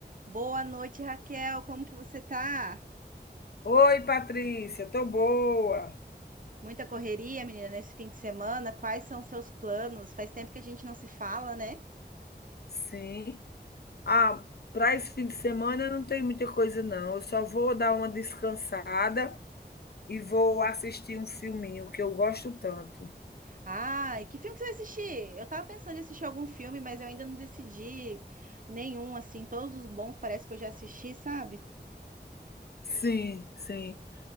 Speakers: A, on the right; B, on the left.
A: Boa noite, Raquel. Como que você tá?
B: Oi, Patrícia, tô boa.
A: Muita correria, menina, nesse fim de semana. Quais são seus planos? Faz tempo que a gente não se fala, né?
B: Sim. Ah, para esse fim de semana não tem muita coisa, não. Eu só vou dar uma descansada e vou assistir um filminho que eu gosto tanto.
A: Ai, que filme que você vai assistir? Eu tava pensando em assistir algum filme, mas eu ainda não decidi nenhum, assim. Todos os bons parece que eu já assisti, sabe?
B: Sim, sim.